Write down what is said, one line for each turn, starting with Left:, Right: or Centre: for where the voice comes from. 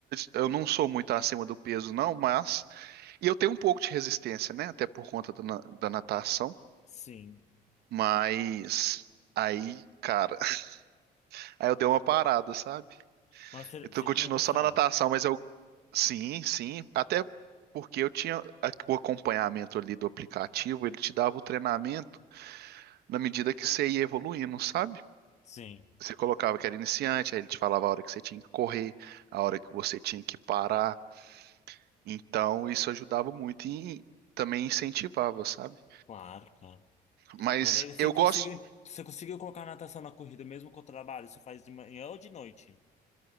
Right: eu não sou muito acima do peso, não, mas. E eu tenho um pouco de resistência, né? Até por conta do na- da natação.
Left: Sim.
Right: Mas aí, cara, <laughs> aí eu dei uma parada, sabe?
Left: Mas você
Right: Então
Left: você
Right: continuou
Left: tinha gostado?
Right: só na natação, mas eu. Sim, sim. Até porque eu tinha a- o acompanhamento ali do aplicativo, ele te dava o treinamento na medida que você ia evoluindo, sabe?
Left: Sim.
Right: Você colocava que era iniciante, aí ele te falava a hora que você tinha que correr, a hora que você tinha que parar. Então, isso ajudava muito e também incentivava, sabe?
Left: Claro, claro.
Right: Mas
Left: Mas aí você
Right: eu
Left: conseguiu,
Right: gosto.
Left: você conseguiu colocar a natação na corrida mesmo com o trabalho? Você faz de manhã ou de noite?